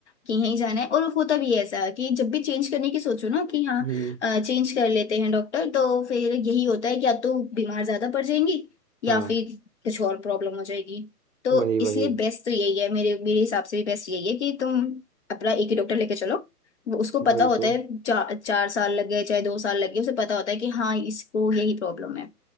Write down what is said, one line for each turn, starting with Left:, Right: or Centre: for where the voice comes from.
Left: कि यहीं जाना है और होता भी है ऐसा कि जब भी चेंज करने की सोचो ना कि हाँ
Right: हम्म
Left: चेंज कर लेते हैं डॉक्टर तो फिर यही होता है कि या तो बीमार ज्यादा पड़ जाएंगी या
Right: हाँ
Left: फिर कुछ और प्रॉब्लम हो जाएगी तो
Right: वही वही
Left: इसलिए बेस्ट तो यही है मेरे मेरे हिसाब से भी बेस्ट यही है कि तुम अपना एक ही डॉक्टर लेके चलो वो- उसको
Right: वही
Left: पता होता
Right: तो
Left: है चार चार साल लग गए चाहे दो साल लग गए उसे पता होता है कि हाँ इसको यही प्रॉब्लम है